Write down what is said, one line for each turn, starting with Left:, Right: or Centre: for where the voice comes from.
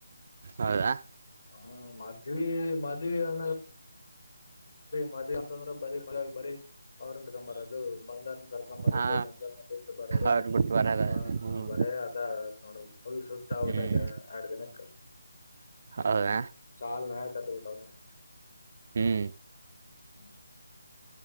Right: ಹೌದಾ
Left: ಹ್ಮ್ ಮದ್ವಿ ಮದ್ವಿ <unintelligible> ಮದ್ವಿ ಅಂತಂದ್ರ ಬರೀ ಬರೀ ಬರೋದು ಬಂದಾದ್ಮೇಲೆ ಕರ್ಕೊಂಡು ಬರೋದು
Right: ಹಾ
Left: ಬಂದವರ ಬಿಟ್ಟು ಬರೋದು
Right: ಅವ್ರ ಬಿಟ್ಟು ಬರದ
Left: ಹ
Right: ಹ್ಮ್
Left: ಬರೀ ಅ ನೋಡು ಫುಲ್ ಸುಸ್ತು ಆಗ್ಬಿತೈತೆ
Right: ಹ್ಮ್
Left: ಎರಡು ದಿನಕ್ಕೆ
Right: ಹೌದಾ
Left: ಸಲ್ ನ್ಯಾಯ ಕಟ್ಟುಬಿಟವ್ನೆ
Right: ಹ್ಮ್
Left: ಹ್ಮ್